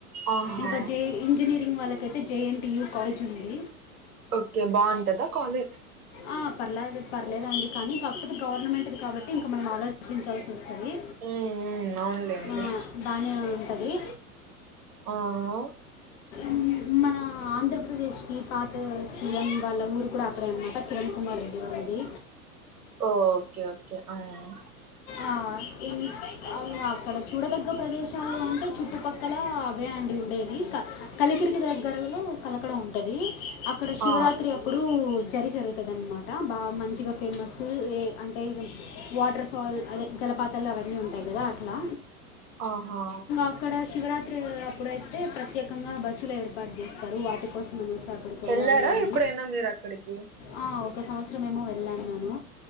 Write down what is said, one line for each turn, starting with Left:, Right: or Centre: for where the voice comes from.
Right: ఆహా
Left: ఇంక జే ఇంజనీరింగ్ వాళ్ళకయితే జేఎన్టి యు కాలేజ్ ఉంది
Right: ఒకే బాగుంటదా కాలేజ్
Left: ఆ పర్లేదు పర్లేదండి కానీ కాకపోతే గవర్నమెంటుది కాబట్టి ఇంక మనం ఆలోచించాల్సి వస్తదీ
Right: ఉమ్ ఉమ్ అవునులేండి
Left: ఆ బానే ఉంటది.
Right: ఆ అవ్
Left: మ్ మనా ఆంధ్రప్రదేశ్కీ పాతా సీఎం వాళ్ళ ఊరు కూడా అక్కడే అనమాట కిరణ్ కుమార్ రెడ్డి వాల్లదీ
Right: ఓకె ఓకే ఆ ఊ
Left: ఆ ఇన్ అంగ అక్కడ చూడదగ్గ ప్రదేశాలు ఏముంటయ్ చుట్టుపక్ క్కలా అవే అండి ఉండేది క కలికిరికి దగ్గరలో కలకడా ఉంటదీ అక్కడ శివరాత్రి
Right: ఆ
Left: ఒ అప్పుడూ జరి జరుగుతది అన్మాట బా మంచిగ ఫేమస్సూ ఏ అంటే ఇగ వాటర్ఫాల్ అదే జలపాతాలు అవన్నీ ఉంటాయి కదా అట్లా
Right: ఆహా
Left: అక్కడా శివరాత్రీ అప్పుడైతే ప్రత్యేకంగా బస్సులు ఏర్పాటు చేస్తరు వాటి కోసం అనేసి అక్కడికి
Right: వెళ్లారా
Left: వెళ్ళాలి అని
Right: ఎప్పుడైనా మీరు అక్కడికి
Left: ఆ ఒక సంవత్సరం ఏమో వెళ్ళాను నేను